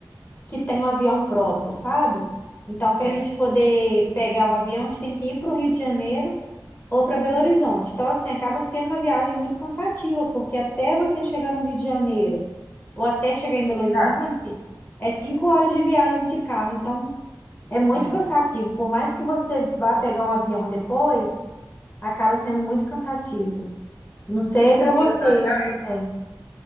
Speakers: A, on the left; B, on the left.
A: que têm um avião próprio, sabe? Então, para
B: É
A: a gente poder pegar um avião, a gente tem que ir para o Rio de Janeiro ou para Belo Horizonte. Então, assim, acaba sendo uma viagem muito cansativa, porque até você chegar no Rio de Janeiro ou até chegar em Belo Horizonte,
B: verdade.
A: é cinco horas de viagem de carro. Então, É muito
B: É.
A: cansativo. Por mais que você vá pegar um avião depois, acaba sendo muito cansativo. Não sei
B: Esses
A: para
B: Dias
A: vocês
B: atrás,
A: que tem.